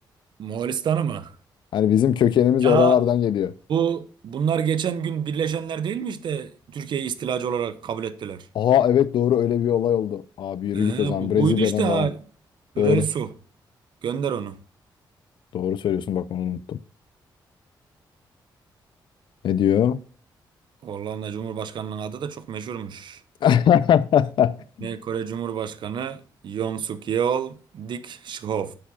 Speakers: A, on the right; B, on the left.
A: Moğolistan'ı mı?
B: Hani bizim kökenimiz
A: Ya
B: oralardan geliyor.
A: bu bunlar geçen gün birleşenler değil mi işte Türkiye'yi istilacı olarak kabul ettiler.
B: Aha evet doğru öyle bir olay oldu. Abi yürü
A: Ee,
B: git o zaman
A: bu,
B: Brezilya'dan
A: buydu işte ha.
B: devam.
A: Hürel
B: Doğru.
A: Su. Gönder onu.
B: Doğru söylüyorsun bak onu unuttum. Ne diyor?
A: Hollanda Cumhurbaşkanı'nın adı da çok meşhurmuş.
B: <laughs>
A: Güney Kore Cumhurbaşkanı Yoon Suk Yeol Dik Shihov.